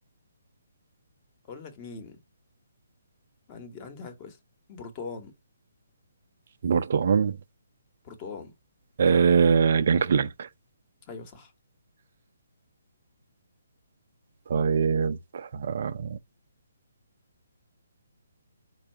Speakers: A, on the left; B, on the right.
A: اقول لك مين عندي عندي حاجة كويسة برتقان
B: برتقال
A: برتقان
B: آه جانك بلانك
A: ايوه صح
B: طيب آه